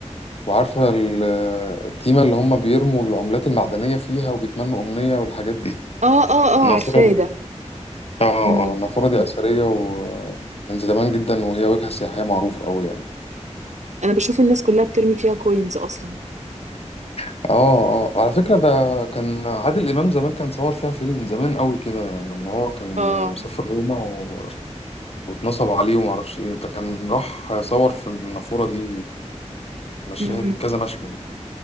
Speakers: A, on the left; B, on the right.
A: وعارفة ال- التيمة اللي هم بيرموا العملات المعدنية فيها وبيتمنوا أمنية والحاجات دي
B: اه اه اه
A: النافورة
B: عارفاه
A: دي
B: ده
A: اه
B: مم.
A: اه النافورة دي أثرية ومن زمان جدا وهي وجهة سياحية معروفة أوي يعني
B: انا بشوف الناس كلها بترمي فيها كوينز اصلا
A: اه اه على فكرة ده كان عادل إمام زمان كان صور فيها فيلم من زمان أوي كده لما هو كان
B: اه
A: مسافر روما و... واتنصب عليه ومعرفش ايه ده كان راح صور في النافورة دي مشاهد
B: مم.
A: كذا مشهد